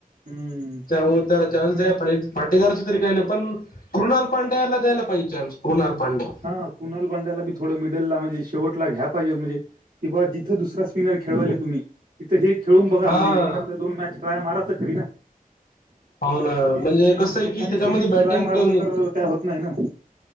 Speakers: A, on the right; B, on the left.
A: हम्म.
B: हो मुळे त्याला चान्स द्यायला पाहिजे. पाटेकरच तरी काही नाही पण कृणाल पांड्याला दिला पाहिजे चान्स, कृणाल पांडया.
A: हा कुणाल पांड्याला बी थोडं मिडलला म्हणजे, शेवटला घ्यायला पाहिजे म्हणजे कि बुआ जिथं दुसरा स्पिनर खळवायले तुम्ही तिथं हे खेळून बघा.
B: हा
A: म्हणजे एखांदा दोन मॅच ट्राय मारा तर खरी ना.
B: हाव न म्हणजे कसं आहे
A: एखादी
B: की त्याच्यामध्ये
A: सिरीज
B: बॅटिंग
A: ट्राय मारलं
B: पण
A: तर, काय होत नाही ना.